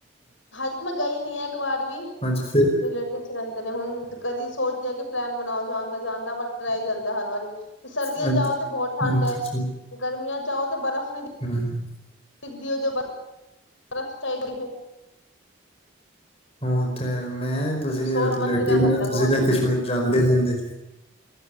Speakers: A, on the left (about 70°); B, on the left (about 30°).
A: ਹਜੇ ਮੈਂ ਗਈ ਨੀ ਇੱਕ ਵਾਰ ਵੀ
B: ਅੱਛਾ ਫਿਰ ਅੱਛਾ
A: ਰਿਲੇਟਿਵ ਰਹਿੰ ਹੁਨ ਕਦੀ ਸੋਚਦੇ ਆ ਕਿ ਪਲੈਨ ਬਨਾਓ ਜਾਨ ਦਾ, ਜਾਂਨ ਦਾ ਬਟ ਰਹ ਹੀ ਜਾਂਦਾ ਹਰ ਵਾਰੀ। ਵੀ ਸਰਦੀਆਂ
B: ਅੱਛਾ
A: ਜਾਓ ਤੇ ਬਹੁਤ ਠੰਡ
B: ਅੱਛਾ,
A: ਐ, ਗਰਮੀਆਂ ਜਾਓ ਬਰਫ਼ ਨੀ
B: <unintelligible>
A: ਦਿੱਖ ਦੀ ਓ ਜੋ ਬਰ ਤਫ ਚਾਈ <unintelligible>
B: ਓ ਤੇ ਮੈਂ ਤੁਸੀਂ
A: ਸੋਚ
B: ਰਿਲੇਟਿਵ
A: ਸਮਝ ਕੇ ਜਾਣਾ ਪੈਂਦਾ
B: ਤੁਸੀਂ
A: ਬਹੁਤ
B: ਤਾਂ ਕਸ਼ਮੀਰ ਜਾਂਦੇ ਹੁੰਦੇ